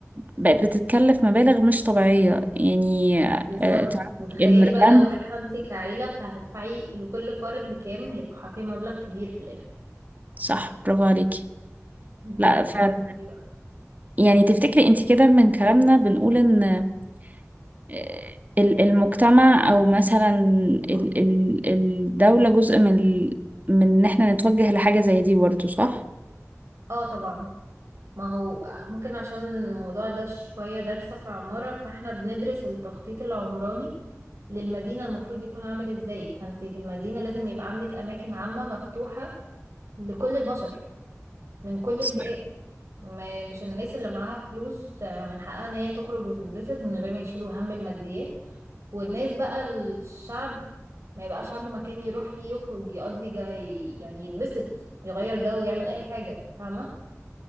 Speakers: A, on the right; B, on the right.
A: بقت بتتكلف مبالغ مش طبيعية يعني
B: بالظبط
A: آه، تعرفي
B: وتخيلي
A: الميرلاند
B: بقى لو رايحة انتي كعيلة فهتدفعي لكل فرد كام هيبقى حرفيا مبلغ كبير في الآخر
A: صح برافو عليكي
B: الموضوع
A: لا فعلا
B: خطير بقى
A: يعني تفتكري انت كده من كلامنا بنقول ان آه، ال- المجتمع او مثلا ال- ال- الدولة جزء من ال- من ان احنا نتوجه لحاجة زي دي برضه صح؟
B: اه طبعا ما هو ممكن عشان الموضوع ده شوية دارسة في عمارة فاحنا بندرس التخطيط العمراني للمدينة المفروض يكون عامل ازاي فانتي في المدينة لازم يبقى عندك أماكن عامة مفتوحة لكل البشر من كل
A: صح
B: الفئات م- مش الناس اللي معاها فلوس آه، من حقها ان هي تخرج وتتبسط من غير ما يشيلوا هم الماديات والناس بقى الشعب ما يبقاش عنده مكان يروح ليه يخرج يقضي جاي يعني يتبسط يغير جو يعمل اي حاجة فاهمة